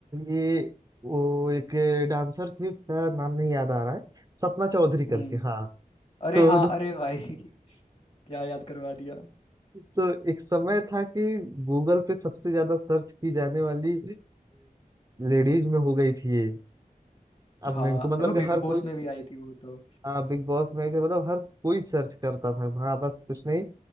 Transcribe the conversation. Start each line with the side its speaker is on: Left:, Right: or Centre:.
Right: ये वो एक डांसर थे उसका नाम नहीं याद आ रहा है सपना चौधरी करके
Left: हम्म
Right: हाँ
Left: अरे
Right: तो
Left: हाँ
Right: जो
Left: अरे भाई <laughs> क्या याद करवा दिया
Right: तो एक समय था कि गूगल पे सबसे ज्यादा सर्च की जाने वाली लेडीज में हो गई थी ये अपने
Left: हाँ
Right: इनको
Left: अरे
Right: मतलब
Left: वो
Right: कि
Left: बिग
Right: हर
Left: बॉस
Right: कोई
Left: में भी आई थी वो तो
Right: आ, बिग बॉस में के मतलब हर कोई सर्च करता था हाँ बस कुछ नहीं